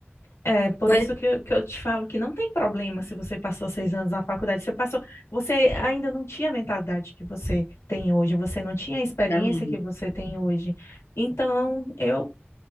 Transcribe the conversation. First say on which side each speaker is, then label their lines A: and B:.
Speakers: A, on the left; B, on the left.
A: É por
B: Pois
A: isso que eu, que eu te falo que não tem problema se você passou seis anos na faculdade. Você passou, você ainda não tinha a mentalidade que você tem hoje, você não tinha a experiência
B: é, amiga.
A: que você tem hoje. Então, eu